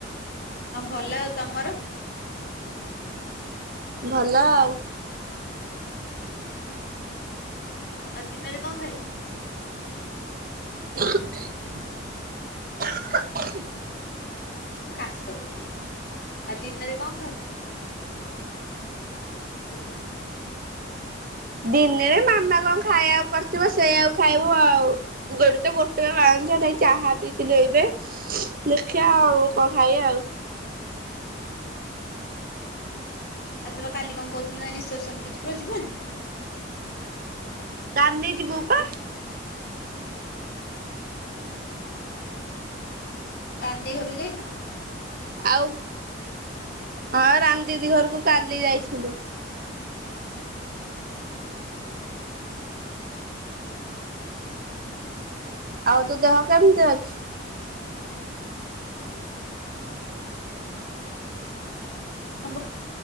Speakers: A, on the left; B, on the right.
A: ହଁ ଭଲ। ଆଉ ତମର?
B: ଭଲ ଆଉ।
A: ଆଉ ଦିନରେ କଣ ଖାଇବ?
B: <inaudible> ହ <unintelligible>
A: ଆଉ ଦିନରେ କଣ ଖାଉ? ପିଜା।
B: ଦିନେରେ ମାମା କଣ ଖାଇବାକୁ କରିଥିବ ସେଇଆକୁ ଖାଇବୁ ଆଉ। ଗୋଟେ ବଟଲ୍ <unintelligible> ଚାହା ପିଇଥିଲୁ ଏବେ। ଦେଖିଆ ଆଉ କଣ ଖାଇଆ ଆଉ?
A: ତୁ ବା କାଲି କଣ କହୁଥିଲୁ ନା ରିସେପ୍ସନକୁ ଯିବୁ, ଯିବୁନି?
B: କାଲି ଯିବୁ ପା।
A: ରାନ୍ଦେଇ ଘରୁକୁ ଯାଇନ?
B: ଆଉ, ହଁ ରାନ୍ ଦିଦି ଘରକୁ କାଲି ଯାଇଥିଲୁ।
A: ହଉ ହଉ।
B: ଆଉ ତୋ ଦେହ କେମିତି ଅଛି?
A: ହଁ